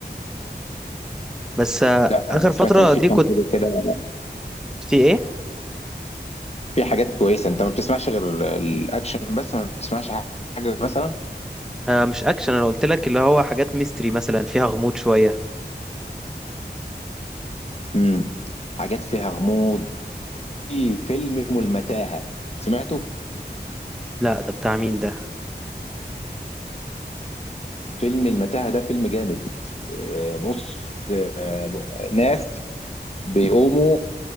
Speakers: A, in the centre; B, on the left (about 35°).
A: بس آه
B: لا
A: اخر
B: انا سمعت
A: فتره
B: ان في
A: دي
B: كام
A: كنت
B: حاجه كده
A: في ايه
B: في حاجات كويسه انت ما بتسمعش غير ال- الاكشن بس ما بتسمعش حاجه مثلا
A: آه مش اكشن انا قلت لك اللي هو حاجات ميستري مثلا فيها غموض شويه
B: امم حاجات فيها غموض في فيلم اسمه المتاهه سمعته
A: لا ده بتاع مين ده
B: فيلم المتاهه ده فيلم جامد آه، بص آه، ناس بيقوموا